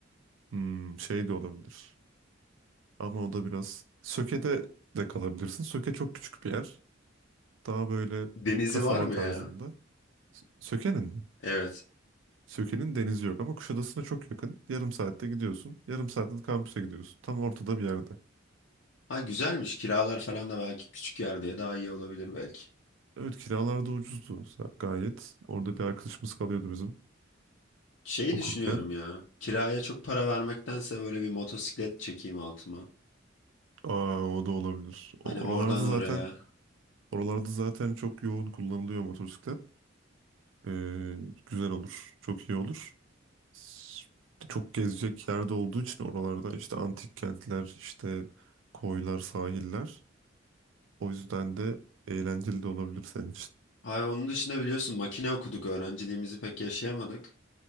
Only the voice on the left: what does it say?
Denizi
var mı
ya?
Evet.
Ha güzelmiş. Kiralar falan da belki küçük yer diye daha iyi olabilir belki.
Şey
düşünüyorum ya. Kiraya çok para vermektense böyle bir motosiklet çekeyim altıma.
Hani oradan
oraya.
Ay onun dışında biliyorsun makine okuduk. Öğrenciliğimizi pek yaşayamadık.